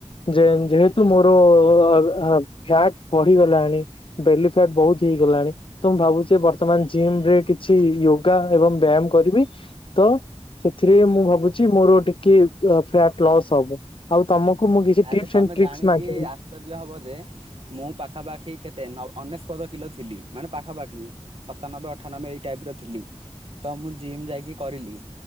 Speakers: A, on the left; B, on the right.
A: ଯେ ଯେହେତୁ ମୋର ଆ ଫ୍ୟାଟ୍ ପଢିଗଲାଣି ବେଲି ଫ୍ୟାଟ୍ ବହୁତ ହେଇଗଲାଣି ତ ମୁଁ ଭାବୁଛି ବର୍ତ୍ତମାନ ଜିମ୍ ରେ କିଛି ୟୋଗା ଏବଂ ବ୍ୟାୟାମ କରିବି ତ ସେଥିରେ ମୁଁ ଭାବୁଛି ମୋର ଟିକେ ଫ୍ଲେଟ ଲସ୍ ହବ। ଆଉ ତମ କୁ ମୁଁ କିଛି
B: ଆରେ
A: ଟିପ୍ସ
B: ତମେ
A: ଆଣ୍ଡ ଟ୍ରିକ୍ସ୍
B: ଜାଣିକି
A: ମାଗିବି।
B: ଆଶ୍ଚର୍ଯ୍ୟ ହବ ଯେ ମୁଁ ପାଖାପାଖି କେତେ ନ ଅନେସ୍ପଦ କିଲୋ ଥିଲି ମାନେ ପାଖାପାଖି ସତାନବେ ଅଠାନବେ ଏଇ ଟାଇପ୍ ର ଥିଲି ତ ମୁଁ ଜିମ୍ ଯାଇକି କରିଲି